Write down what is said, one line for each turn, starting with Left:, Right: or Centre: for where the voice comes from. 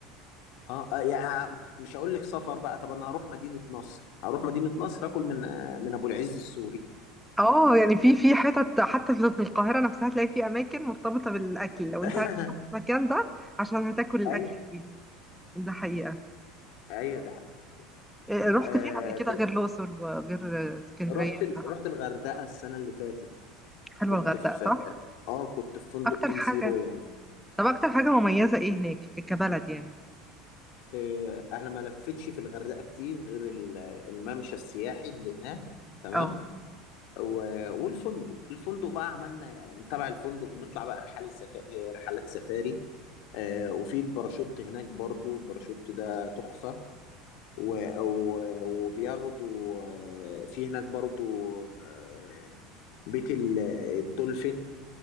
Left: اه آه، يعني مش هقول لك سفر بقى طب انا هروح مدينة نصر هروح مدينة نصر اكل من آه، من ابو العز السوري
Centre: اه يعني في في حتت حتى في في القاهره نفسها تلاقي في اماكن مرتبطه بالاكل لو
Left: <laughs>
Centre: انت عايز تروح المكان ده عشان هتاكل الاكله
Left: ايوه
Centre: دي ده حقيقه
Left: ايوه ده
Centre: إيه، رحت
Left: آه
Centre: فين قبل كده
Left: في-
Centre: غير الاقصر وغير اسكندريه
Left: رحت ال...
Centre: ودهب؟
Left: رحت الغردقة السنة اللي فاتت
Centre: حلوه
Left: كنت
Centre: الغردقه
Left: في
Centre: صح
Left: اه كنت في فندق
Centre: اكتر
Left: ام
Centre: حاجه
Left: سي رويال
Centre: طب اكتر حاجه مميزه ايه هناك ك- كبلد يعني
Left: آه انا ما لفتش في الغردقة كتير غير ال- الممشى السياحي اللي هناك تمام
Centre: اه
Left: و... والفندق الفندق بقى عملنا يعني تبع الفندق بنطلع بقى رحلة سفا... آه، رحلات سفاري آه وفي الباراشوت هناك برضو الباراشوت ده تحفة و- و- وبياخدوا آه، في هناك برضو آه، بيت ال- الدولفين